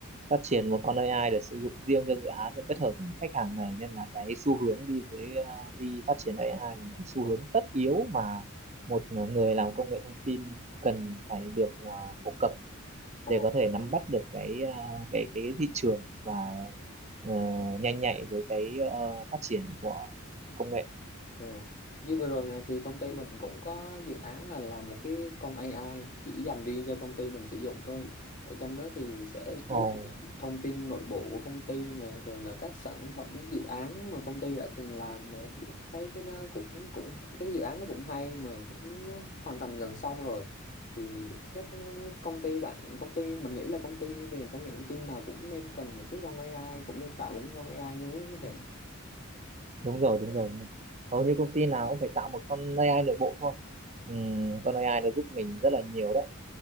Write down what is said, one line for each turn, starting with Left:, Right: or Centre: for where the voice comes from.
Right: Phát triển một con AI để sử dụng riêng cho dự án để kết hợp với khách hàng này nên là cái xu hướng đi với ờ, đi phát triển AI là một cái xu
Left: Ờ,
Right: hướng tất yếu mà một người làm công nghệ thông tin cần phải được ờ, phổ cập
Left: ờ.
Right: để có thể nắm bắt được cái ờ, cái cái thị trường và ờ, nhanh nhạy với cái ờ, phát triển của công nghệ.
Left: Ừ. Như vừa rồi nè thì công ty mình cũng có dự án là làm một cái con AI chỉ dành riêng cho công ty mình sử dụng thôi. Ở trong đó thì sẽ
Right: Ồ.
Left: chứa đựng thông tin nội bộ của công ty nè, rồi là các sản phẩm dự án mà công ty đã từng làm nè. Thấy cái nó cũng cũng cái dự án nó cũng hay mà cũng hoàn thành gần xong rồi. Thì chắc công ty bạn công ty mình nghĩ là công ty về công nghệ thông tin nào cũng nên cần một cái con AI cũng nên tạo một cái con AI như thế này.
Right: đúng rồi đúng rồi đúng rồi hầu như công ty nào cũng phải tạo một con AI nội bộ thôi Ừm, con AI nó giúp mình rất là nhiều đấy